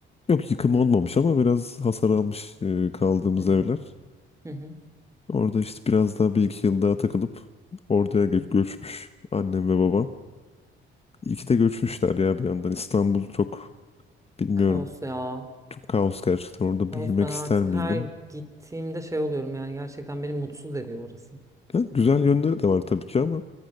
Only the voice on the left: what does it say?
Yok yıkım olmamış ama biraz hasar almış e, kaldığımız
evler.
Orada işte biraz daha bir iki yıl daha takılıp oraya gö-
göçmüş annem ve babam. İyi ki de göçmüşler ya bir yandan. İstanbul çok bilmiyorum.
Çok kaos gerçekten. Orada
büyümek
ister miydim?
Yani güzel yönleri de var tabii ki ama